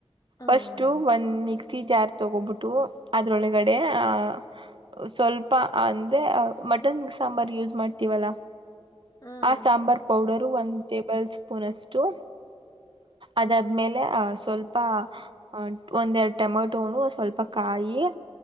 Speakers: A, on the left; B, on the right.
A: ಹ್ಮ್
B: ಫಸ್ಟು ಒಂದ್ ಮಿಕ್ಸಿ ಜಾರ್ ತಗೋಬಿಟ್ಟು ಅದ್ರೊಳಗಡೆ ಆ ಸ್ವಲ್ಪ ಅಂದ್ರೆ ಮಟನ್ ಸಾಂಬಾರ್ ಯೂಸ್ ಮಾಡ್ತೀವಲ್ಲ
A: ಹ್ಮ್
B: ಆ ಸಾಂಬಾರ್ ಪೌಡರು ಒಂದ ಪ್ಪಲ್ ಸ್ಪೂನ್ಷ್ಟು ಅದಾದ್ಮೇಲೆ
A: ಹ್ಮ್
B: ಆ ಸ್ವಲ್ಪ ಅ ಒಂದ ಎರಡು ಟೊಮೆಟೋಣ ಸ್ವಲ್ಪ ಕಾಯಿ ಅ